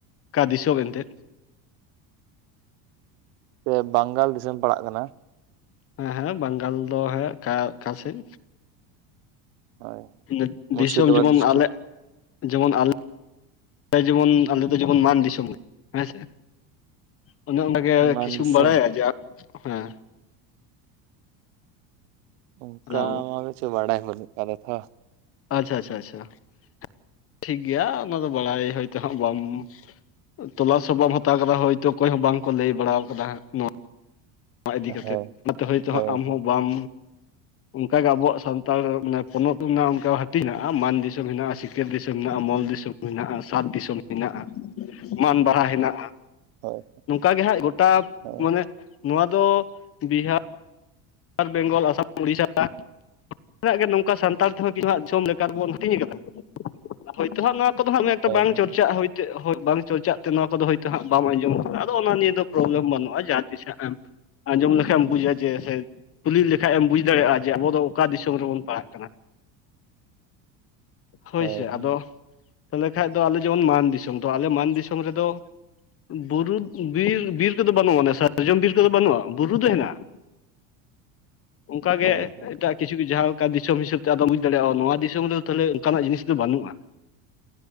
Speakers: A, on the left; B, on the right.
A: ᱚᱠᱟ ᱫᱤᱥᱚᱢ ᱮᱱᱛᱮᱫ?
B: ᱦᱮᱸ ᱵᱟᱝᱜᱟᱞ ᱫᱤᱥᱟᱹᱢ ᱯᱟᱲᱟᱜ ᱠᱟᱱᱟ᱾
A: ᱦᱮᱸ ᱦᱮᱸ ᱵᱟᱝᱜᱟᱞ ᱫᱚ ᱦᱮᱸ ᱚᱠᱟ ᱚᱠᱟᱥᱮᱫ?
B: ᱦᱳᱭ
A: <unintelligible>
B: ᱢᱩᱨᱥᱤᱫᱟᱵᱟᱫᱽ
A: ᱫᱤᱥᱚᱢ ᱡᱮᱢᱚᱱ
B: ᱰᱤᱥᱴᱤᱠ
A: ᱟᱞᱮᱜ ᱡᱮᱢᱚᱱ ᱟᱞᱮ- ᱚᱱᱮ ᱡᱮᱢᱚᱱ ᱟᱢᱫᱚ ᱫᱚ ᱡᱮᱢᱚᱱ ᱢᱟᱱ ᱫᱤᱥᱚᱢ ᱦᱮᱸᱥᱮ, ᱚᱱᱮ ᱚᱸᱵᱮ ᱜᱮ
B: ᱢᱟᱱ
A: ᱠᱤᱪᱷᱩᱢ
B: ᱫᱤᱥᱚᱢ
A: ᱵᱟᱲᱟᱭᱟ ᱡᱮ ᱟᱢ, ᱦᱮᱸ᱾
B: ᱚᱸᱠᱟ
A: ᱦᱮᱞᱳ
B: ᱢᱟ ᱫᱚ ᱪᱮᱫ ᱵᱟᱲᱟᱭ ᱵᱟᱹᱱᱩᱜ ᱟᱠᱟᱫᱟ ᱛᱷᱚ,
A: ᱟᱪᱪᱷᱟ ᱟᱪᱪᱷᱟ ᱟᱪᱪᱷᱟ <inaudible> ᱴᱷᱤᱠ ᱜᱮᱭᱟ ᱚᱱᱟ ᱫᱚ ᱵᱟᱲᱟᱭ ᱦᱚᱭᱛᱳ ᱦᱟᱸᱜ ᱵᱟᱢ ᱳᱸ ᱛᱚᱞᱟᱥ ᱵᱟᱢ ᱦᱟᱛᱟᱣ ᱟᱠᱟᱫᱟ ᱦᱳᱭᱛᱳ ᱚᱠᱚᱭ ᱦᱚᱸ ᱵᱟᱝᱠᱚ ᱞᱟᱹᱭ ᱵᱟᱲᱟ ᱣᱟᱠᱟᱫᱟ ᱦᱟᱸᱜ ᱱᱚᱣᱟ, ᱱᱚᱣᱟ ᱤᱫᱤ ᱠᱟᱛᱮᱫ
B: ᱦᱳᱭ
A: ᱚᱱᱟᱛᱮ ᱦᱚᱭᱛᱳ
B: ᱦᱳᱭ
A: ᱦᱟᱸᱜ ᱟᱢ
B: ᱦᱳᱭ
A: ᱦᱚᱸ ᱵᱟᱢ ᱚᱱᱠᱟ ᱜᱮ ᱟᱵᱚᱣᱟᱜ ᱥᱟᱱᱛᱟᱲ ᱢᱟᱱᱮ ᱯᱚᱱᱚᱛ ᱢᱮᱱᱟᱜᱼᱟ, ᱚᱱᱠᱟ ᱦᱟᱹᱴᱤᱧ ᱦᱮᱱᱟᱜᱼᱟ ᱢᱟᱱ ᱫᱤᱥᱚᱢ ᱦᱮᱱᱟᱜᱼᱟ, ᱥᱤᱧ ᱥᱤᱠᱟᱹᱨ ᱫᱤᱥᱚᱢ ᱦᱮᱸᱱᱟᱜ ᱢᱚᱞ ᱫᱤᱥᱚᱢ ᱢᱮᱱᱟᱜᱼᱟ ᱥᱟᱛ ᱫᱤᱥᱚᱢ ᱦᱮᱱᱟᱜᱼᱟ, ᱢᱟᱱ ᱵᱟᱦᱟ ᱦᱮᱱᱟᱜᱼᱟ,
B: ᱦᱳᱭ
A: ᱱᱚᱝᱠᱟ ᱜᱮ ᱦᱟᱸᱜ ᱜᱚᱴᱟ
B: ᱦᱳᱭ
A: ᱢᱟᱱᱮ ᱱᱚᱣᱟ ᱫᱚ ᱵᱤᱦᱟ- ᱵᱤᱦᱟᱨ, ᱵᱮᱝᱜᱚᱞ, ᱟᱥᱟᱢ, ᱩᱲᱤᱥᱟ, <unintelligible> ᱛᱤᱱᱟᱹᱜ ᱜᱮ ᱱᱚᱝᱠᱟ ᱥᱟᱱᱛᱟᱲ ᱛᱮᱦᱚᱸ ᱠᱤᱪᱷᱩ ᱦᱟᱸᱜ ᱡᱚᱢ ᱞᱮᱠᱟᱨ ᱵᱚᱱ ᱦᱟᱹᱴᱤᱧ ᱟᱠᱟᱫᱟ ᱦᱳᱭᱛᱳ ᱦᱟᱸᱜ ᱱᱚᱣᱟ ᱠᱚᱫᱚ ᱦᱟᱸᱜ ᱢᱮ ᱵᱟᱝ
B: ᱦᱳᱭ
A: ᱪᱚᱨᱪᱟᱜ ᱦᱳᱭ ᱪᱟᱹᱜ ᱦᱚᱸ ᱵᱟᱝ ᱪᱚᱨᱪᱟᱜ ᱛᱮ ᱱᱚᱣᱟ ᱠᱚᱫᱚ ᱦᱚᱭᱛᱳ ᱦᱟᱸᱜ ᱵᱟᱢ ᱟᱸᱡᱚᱢ ᱟᱠᱟᱫᱟ ᱟᱫᱚ ᱚᱱᱟ ᱱᱤᱭᱟᱹ ᱫᱚ ᱯᱨᱚᱵᱽᱞᱚᱢ ᱵᱟᱹᱱᱩᱜᱼᱟ ᱡᱟᱦᱟᱸ ᱛᱤᱥ ᱦᱟᱸᱜ ᱮᱢ ᱟᱸᱡᱚᱢ ᱞᱮᱠᱷᱟᱡ ᱮᱢ ᱵᱩᱡᱼᱟ ᱡᱮ ᱥᱮ ᱠᱩᱞᱤ ᱞᱮᱠᱷᱟᱡ ᱮᱢ ᱵᱩᱡᱽ ᱫᱟᱲᱮᱭᱟᱜᱼᱟ ᱡᱮ ᱟᱵᱚ ᱫᱚ ᱚᱠᱟ ᱫᱤᱥᱚᱢ ᱨᱮᱵᱚᱱ ᱯᱟᱲᱦᱟᱜ ᱠᱟᱱᱟ᱾ ᱦᱳᱭᱥᱮ
B: ᱦᱳᱭ ᱦᱳᱭ
A: ᱟᱫᱚ ᱛᱟᱦᱚᱞᱮ ᱠᱷᱟᱡ ᱫᱚ ᱟᱞᱮ ᱡᱮᱢᱚᱱ ᱢᱟᱱ ᱫᱤᱥᱚᱢ, ᱛᱚ ᱟᱞᱮ ᱢᱟᱱ ᱫᱤᱥᱚᱢ ᱨᱮᱫᱚ ᱵᱩᱨᱩᱵᱽ ᱵᱤᱨ, ᱵᱤᱨ ᱛᱮᱫᱚ ᱵᱟᱹᱱᱩᱜᱼᱟ ᱟᱱᱮ ᱥᱟᱨᱡᱚᱢ ᱵᱤᱨ ᱛᱮᱫᱚ ᱵᱟᱹᱱᱩᱜᱼᱟ ᱵᱩᱨᱩ ᱫᱚ ᱦᱮᱱᱟᱜᱼᱟ, ᱚᱸᱠᱟ
B: ᱦᱳᱭ
A: ᱜᱮ ᱮᱻ
B: ᱦᱳᱭ
A: ᱮᱴᱟᱜᱽ ᱠᱤᱪᱷᱩᱠ ᱡᱟ ᱦᱩᱠᱻᱟ ᱫᱤᱥᱚᱢ ᱦᱤᱥᱟᱹᱵ ᱛᱮ ᱟᱫᱚ ᱵᱩᱡᱽ ᱫᱟᱲᱮᱭᱟᱜᱼᱟ ᱱᱚᱣᱟ ᱫᱤᱥᱚᱢ ᱨᱮᱫᱚ ᱛᱟᱦᱚᱞᱮ ᱚᱸᱠᱟᱱᱟᱜ ᱡᱤᱱᱤᱥ ᱫᱚ ᱵᱟᱹᱱᱩᱜᱼᱟ,